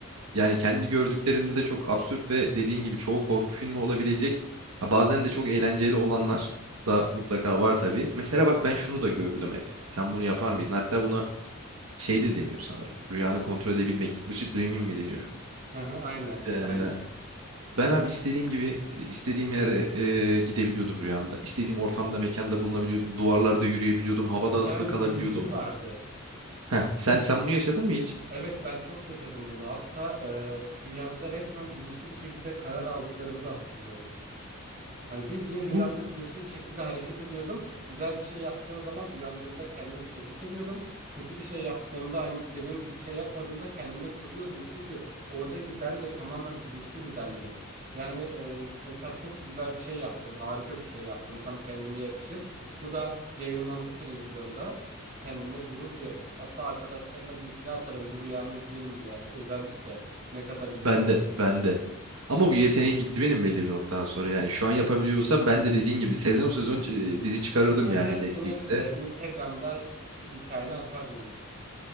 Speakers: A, on the right; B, on the right.
A: yani
B: hı
A: kendi gördüklerimde de çok absürt ve dediğin gibi çoğu korku filmi olabilecek. Ha, bazen de çok eğlenceli olanlar da mutlaka var tabii. Mesela bak
B: hı hı
A: ben şunu da görürdüm hep. Sen bunu yapar mıydın? Hatta buna şey de deniyor sanırım. Rüyanı kontrol edebilmek. Lucid Dreaming mi deniyor?
B: hı hı, aynen
A: Ee,
B: aynen.
A: ben abi istediğim gibi e, istediğim yere e, gidebiliyordum rüyamda. İstediğim ortamda, mekanda bulunabiliyordum. Duvarlarda yürüyebiliyordum. Havada
B: Yani
A: asılı kalabiliyordum.
B: bilincin vardı.
A: Heh, sen sen bunu yaşadın mı hiç?
B: Evet ben çok yaşadım bunu. Hatta e, rüyamda resmen bilinçli bir şekilde karar aldıklarımı da hatırlıyorum. Hani bildiğin rüyamda
A: Bu
B: bilinçli bir şekilde hareket ediyordum. Güzel bir şey yaptığım zaman uyandığımda kendimi tebrik ediyordum. Kötü bir şey yaptığımda hani istediğim gibi bir şey yapmadığımda kendime kızıyordum. Çünkü oradaki ben de tamamen bilinçli bir bendim. Yani e, mesela çok güzel bir şey yaptım, harika bir şey yaptım. Tam kendime yakışır. Bu da yayınlandı televizyonda. Kendimle gurur duyuyorum. Hatta arkadaşlarıma linkini atarım bu rüyamı izleyin diye. Özellikle ne kadar iyiyim
A: bende,
B: değil mi diye.
A: bende. Ama bu yeteneğim gitti benim belli bir noktadan sonra. Yani şu an yapabiliyorsam ben de dediğin gibi sezon sezon e, dizi çıkarırdım
B: He-
A: yani
B: Hepsini
A: Netflix'e.
B: e, Instagram'da hikayene atardın en kötü.